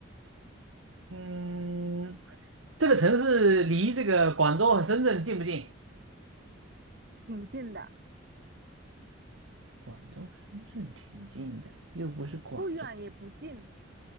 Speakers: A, on the right; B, on the right.
A: 嗯，这个城市离这个广州和深圳近不近？
B: 挺近的，
A: 广州、深圳挺近的，又不是广州，
B: 不远也不近，